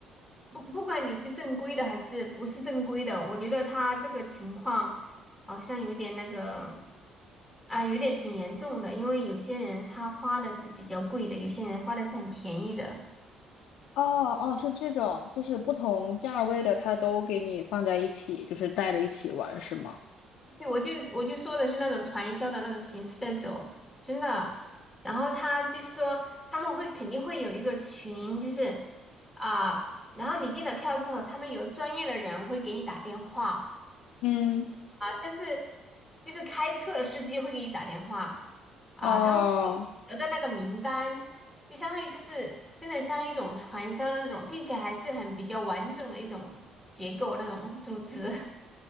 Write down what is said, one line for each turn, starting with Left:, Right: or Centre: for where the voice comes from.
Centre: 不不管你是正规的还是不是正规的，我觉得他这个情况好像有点那个啊，有点挺严重的，因为有些人他花的是比较贵的，有些人花的是很便宜的。
Left: 哦哦，是这种，就是不同价位的，它都给你放在一起，就是带着一起玩，是吗？
Centre: 对，我就我就说的是那种传销的那种形式在走，真的。然后他就是说他们会肯定会有一个群，就是啊。然后你订了票之后，他们有专业的人会给你打电话，
Left: 嗯，
Centre: 但是就是开车的司机会给你打电话啊，
Left: 哦
Centre: 他们得到那个名单，就相当于就是真的像一种传销的那种，并且还是很比较完整的一种结构那种组织